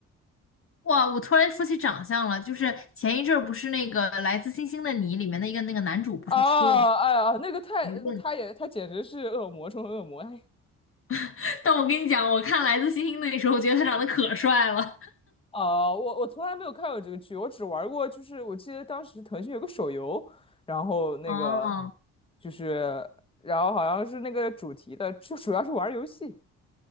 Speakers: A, on the left; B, on the left.
A: 哇，我突然说起长相了，就是前一阵儿不是那个《来自星星的你》里面的一个那个男主不是出了
B: 啊，哎呀，那个太，
A: 舆论，
B: 他也，他简直是恶魔中的恶魔。哎，
A: <laughs> 但我跟你讲，我看《来自星星的你》的时候，我觉得他长得可帅了。
B: 啊，我我从来没有看过这个剧，我只玩过，就是我记得当时腾讯有个手游，然后那个
A: 哦，
B: 就是，然后好像是那个主题的，就主要是玩游戏。